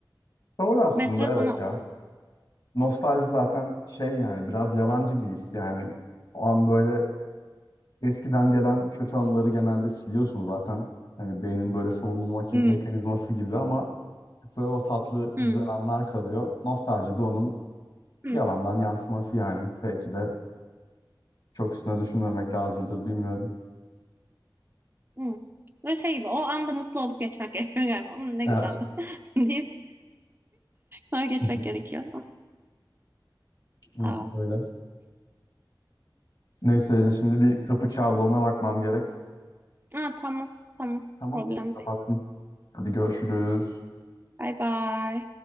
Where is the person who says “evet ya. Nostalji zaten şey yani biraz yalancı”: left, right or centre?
Left